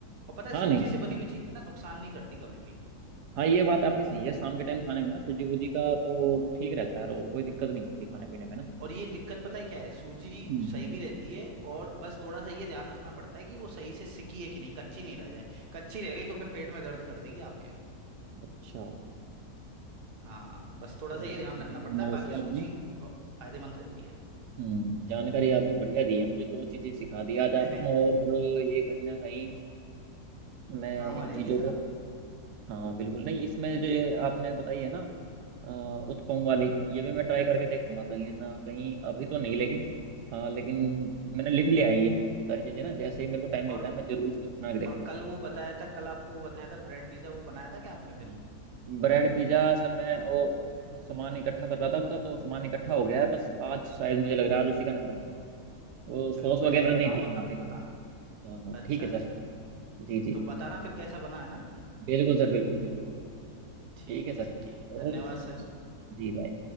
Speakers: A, on the right (about 40°); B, on the right (about 85°).
A: और पता है
B: हाँ
A: सूजी
B: नहीं
A: से बनी हुई चीज़ है ना नुकसान नहीं करती कभी भी
B: हाँ ये बात आपकी सही है शाम के टाइम खाने में ना सूजी वूजी का तो ठीक रहता है रोल कोई दिक्कत नहीं होती खाने
A: हाँ
B: पीने में ना
A: और ये दिक्कत पता है क्या है सूजी
B: हम्म,
A: सही भी रहती है और बस थोड़ा सा ये ध्यान रखना पड़ता है कि वो सही से सिकी है कि नहीं कच्ची नहीं रह जाए कच्ची रह गई तो फिर पेट में दर्द कर देगी आपके
B: अच्छा
A: हाँ बस थोड़ा
B: चलिए
A: सा ये ध्यान
B: बहुत
A: रखना पड़ता
B: बढ़िया
A: है
B: वैसे
A: बाकी सूजी
B: आपने
A: फ- फायदेमंद रहती है
B: हम्म जानकारी आपने बढ़िया दी है मुझे दो चीजें सिखा दी आज
A: <laughs>
B: आपने और ये कहीं ना कहीं मैं
A: काम
B: इन
A: आ जाएंगी
B: चीजों
A: सर
B: को
A: आपके
B: हाँ बिल्कुल नहीं इसमें जो ये आपने बताई है ना अ, उत्पम वाली ये भी मैं ट्राई करके देखूंगा कहीं ना कहीं अभी तो नहीं लेकिन हाँ लेकिन मैंने लिख लिया है ये सारी चीजें ना जैसे ही मेरे को टाइम मिलता
A: और
B: है मैं जरूर इसको अपना के देखूंगा
A: और कल वो बताया था कल आपको वो बताया था ब्रेड पिज्जा वो बनाया था क्या आपने फिर
B: हम्म, ब्रेड पिज्जा सर मैं वो सामान इकट्ठा कर रहा था उसका तो सामान इकट्ठा हो गया है बस आज शायद मुझे लग रहा है आज उसी का नंबर है वो सॉस
A: चलो बढ़िया
B: वगैरह
A: है बनाओ
B: नहीं थी
A: आप
B: यहाँ
A: फिर
B: पे
A: बताना
B: हाँ हाँ
A: अच्छा
B: ठीक है
A: अच्छा
B: सर जी जी
A: तो बताना फिर कैसा बना है ना
B: बिल्कुल सर बिल्कुल बिल्कुल
A: ठीक
B: ठीक है सर
A: है सर ठीक है
B: Okay
A: धन्यवाद
B: sir
A: सर
B: जी बाय